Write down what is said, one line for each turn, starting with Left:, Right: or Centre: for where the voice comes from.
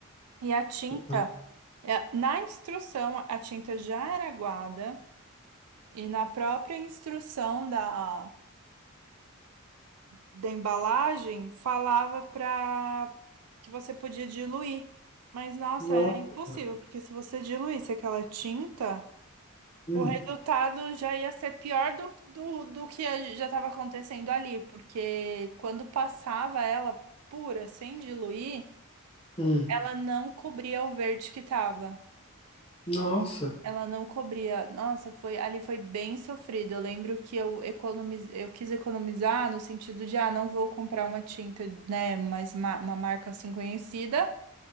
Right: E a tinta,
Left: Ah,
Right: é, na instrução, a tinta já era aguada e na própria instrução da da embalagem falava para que você podia diluir. Mas nossa,
Left: Nossa.
Right: era impossível, porque se você diluísse aquela tinta,
Left: Hum,
Right: o resultado já ia ser pior do, do, do que a- já estava acontecendo ali, porque quando passava ela pura, sem diluir,
Left: hum.
Right: ela não cobria o verde que estava.
Left: Nossa.
Right: Ela não cobria. Nossa, foi ali foi bem sofrido. Eu lembro que eu economiz... eu quis economizar no sentido de, ah, não vou comprar uma tinta, né, mas ma- uma marca assim conhecida